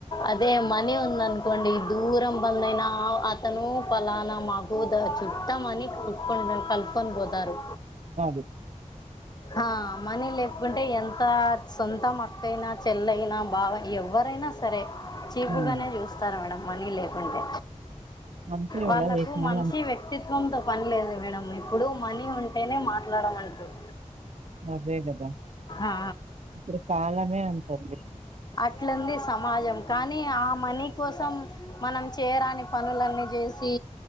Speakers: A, on the left (about 30°); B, on the right (about 60°).
A: అదే మనీ ఉంది అనుకోండి దూరం బంధువు అయినా అతను ఫలానా మాకు దాచి. మని కలుపుకు కలుకొని పోతారు.
B: అది.
A: ఆహ్ మనీ లేకుంటే ఎంత సొంతం అక్కైనా చెల్లైనా బావ ఎవరైనా. అయినా సరే చీపుగానే
B: హ్మ్.
A: చూస్తారూ మేడం మనీ లేకుంటే.
B: అంతే
A: వాళ్లకు
B: కదా ఈ కాలం.
A: మనిషి వ్యక్తిత్వ. తో పని లేదు మేడం ఇప్పుడు మనీ ఉంటేనే మాట్లాడమంటారు.
B: అదే గదా
A: ఆ,
B: ఇప్పుడు కాలమే అంతుంది.
A: అట్లుంది సమాజం కానీ ఆ మనీ కోసం మనం చేయరాని పనులన్నీ చేసి.